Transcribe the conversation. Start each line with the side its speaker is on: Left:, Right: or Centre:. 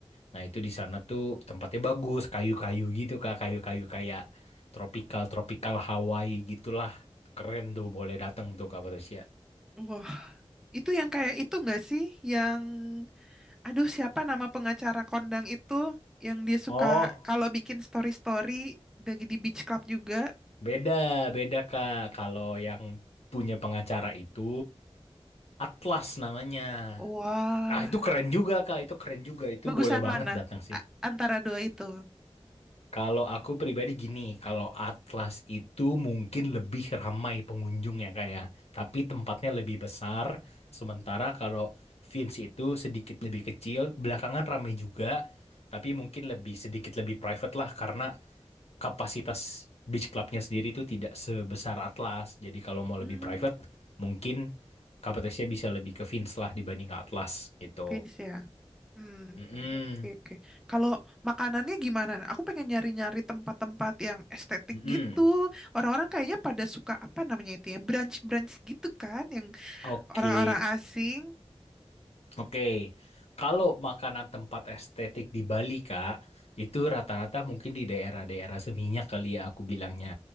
Left: nah itu di sana tuh tempatnya bagus kayu-kayu gitu kak kayu-kayu kayak tropical tropical Hawaii gitulah keren tuh boleh datang tuh kak Patricia
Centre: Wah, itu yang kayak itu nggak sih? Yang, aduh siapa nama pengacara kondang itu? Yang dia suka
Left: oh
Centre: kalau bikin story-story dari di beach club juga.
Left: beda beda kak kalau yang punya pengacara itu Atlas namanya
Centre: Wah.
Left: ah itu keren juga kak itu keren juga itu
Centre: Bagusan
Left: boleh banget
Centre: mana?
Left: datang sih
Centre: A- antara dua itu.
Left: Kalau aku pribadi gini, kalau Atlas itu mungkin lebih ramai pengunjungnya kayak, tapi tempatnya lebih besar. Sementara kalau Vince itu sedikit lebih kecil, belakangan ramai juga, tapi mungkin lebih sedikit lebih private lah karena kapasitas beach clubnya sendiri itu tidak sebesar Atlas. Jadi kalau mau
Centre: Hmm,
Left: lebih private, mungkin kapasitasnya bisa lebih ke Vince lah dibanding ke Atlas gitu.
Centre: Vince ya. Hmm,
Left: Mm-mm.
Centre: oke oke. Kalau makanannya gimana? Aku pengen nyari-nyari tempat-tempat yang estetik
Left: Mm-mm.
Centre: gitu. Orang-orang kayaknya pada suka apa namanya itu ya, brunch-brunch gitu kan, yang
Left: Oke.
Centre: orang-orang asing.
Left: Oke, kalau makanan tempat estetik di Bali, Kak, itu rata-rata mungkin di daerah-daerah Seminyak kali ya aku bilangnya.